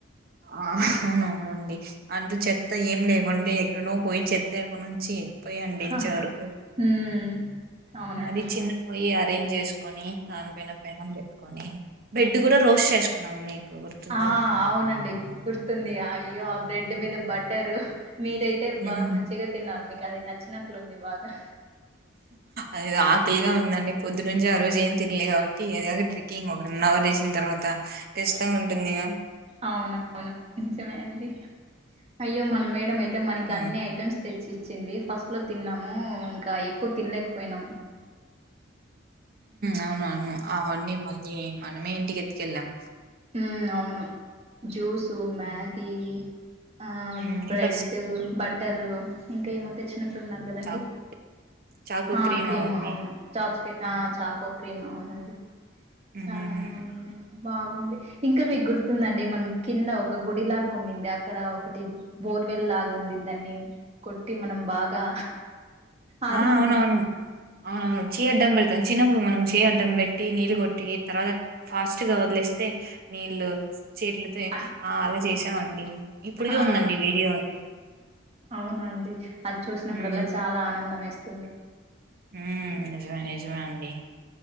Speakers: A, on the right (about 50°); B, on the right (about 35°).
A: ఆ అవునవునండి అంటూ చెత్త ఏం లేవండి అటానో పోయి చెత్తేరుకొని వచ్చి పోయి అటీంచవరకు
B: ఆ! హ్మ్. అవునండి.
A: మరీ చిన్న పోయి అరేంజ్ చేసుకో కని దానిపైన పెనం పెట్టుకొని బ్రెడ్ కూడా రోస్ట్ చేసుకున్నాం మీకు గుర్తుందా
B: ఆ అవునండి గుర్తుంది అయ్యో ఆ బ్రెడ్ మీద బట్టరు మీరైతే బాగా
A: ఉమ్
B: మంచిగా తిన్నారు మీకు అది నచ్చినట్లుంది బాగా
A: అద ఆకలిగా ఉందండి పొద్దు నుంచి ఆ రోజు ఏం తిన్నలే కాబట్టి ఏద ట్రెక్కింగ్ వన్ అవర్ చేసిన తర్వాత కష్టంగా ట్టు ఉందిగా
B: అవున అవును నిజమే అండి అయ్యో మన మేడం అయితే అయితే మనకి
A: హ్మ్
B: అన్ని ఐటమ్స్ తెచ్చి చ్చింది ఫస్ట్ లో తిన్నాము ఇంకా ఎక్కువ తినలేకపోయినాము
A: అవున అవును అవన్నీ మళ్ళీ మనమే ఇంటికి ఎత్తుకెళ్ళాం
B: హ్మ్ అవును జ్యూసు మ్యాగి
A: హ్మ్
B: ఆ
A: హ్మ్
B: బ్రెడ్
A: ఇంకా
B: బట్టరు ఇంకా ఏమతేచ్చిన అట్లున్నారు కదండి
A: చాకు చాకు
B: హా క్రీమ్
A: అవన్నీ
B: అవును చాక్లెట్ ఆ చాకో క్రీమ్ అవునండి
A: హ్మ్
B: చాలానే ఉన్నాయి బాగుంది ఇంకా మీకు గుర్తుందండి మనం కింద ఒక గుడిలాగా ఉందింది అక్కడ ఒకటి ఫోర్వెల్ లాగా ఉంది దాన్ని కొట్టి మనం బాగా ఆడుకున్నాం
A: ఆ అవునవును అవునవును ఆ చీ అడ్డం పెడి చిన్నప్పుడు మనం చే అడ్డం పెట్టి నీళ్లు కొట్టి తర్వాత ఆది ఫాస్ట్ గా వదిలేస్త అ నీళ్ళు చెట్లుతో
B: అన్
A: ఆ అలా చేసామండి ఇప్పుడికే
B: హా
A: ఉందండి వీడియో అది
B: అవునండి అది చూసినప్పుడల్లా
A: హ్మ్
B: చాలా ఆనందం వేస్తుంది
A: హ్మ్ నిజమే నిజమే అండి